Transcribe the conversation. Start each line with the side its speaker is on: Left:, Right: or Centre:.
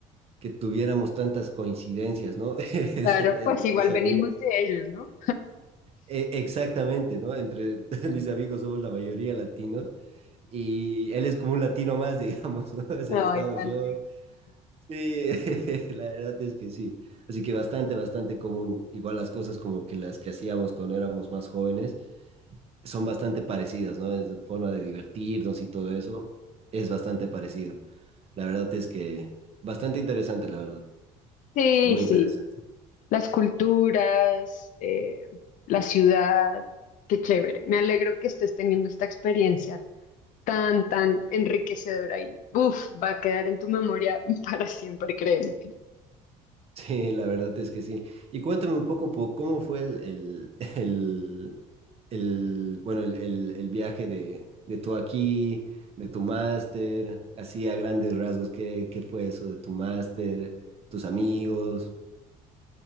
Right: que tuviéramos tantas coincidencias, ¿no? <laughs>
Left: Claro,
Right: Entre
Left: pues igual
Right: mis amigos.
Left: venimos de ellos, ¿no?
Right: Eh, Exactamente, ¿no? Entre <laughs> mis amigos somos la mayoría latinos y él es como un latino más, digamos, ¿no? <laughs> O sea, estamos
Left: Ay, tan
Right: yo.
Left: lindo.
Right: Sí, <laughs> la verdad es que sí. Así que bastante, bastante común. Igual las cosas como que las que hacíamos cuando éramos más jóvenes son bastante parecidas, ¿no? Es forma de divertirnos y todo eso es bastante parecido. La verdad es que bastante interesante, la verdad.
Left: Sí,
Right: Muy
Left: sí,
Right: interesante. <laughs>
Left: las culturas, eh, la ciudad, qué chévere. Me alegro que estés teniendo esta experiencia tan, tan enriquecedora y, uf, va a quedar en tu memoria <laughs> para siempre, créeme.
Right: Sí, la verdad es que sí. Y cuéntame un poco po- cómo fue el, el, <laughs> el, el, bueno, el, el- el viaje de, de tú aquí, de tu máster, así a grandes rasgos, ¿qué, qué fue eso de tu máster, tus amigos?